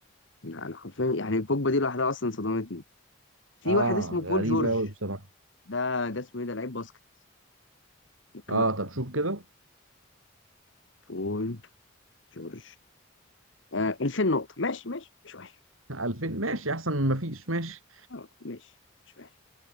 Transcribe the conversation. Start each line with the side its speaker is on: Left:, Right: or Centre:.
Left: لا انا حرفيا يعني البوجبا دي لوحدها اصلا صدمتني في
Right: اه
Left: واحد اسمه بول
Right: غريبة
Left: جورج
Right: قوي بصراحة
Left: ده ده اسمه ايه ده لعيب باسكت ممكن
Right: اه طب شوف كده
Left: بول جورج آه 2000 نقطة ماشي ماشي مش وحش
Right: 2000 ماشي
Left: مش وحش
Right: احسن من مفيش ماشي
Left: آه، ماشي مش وحش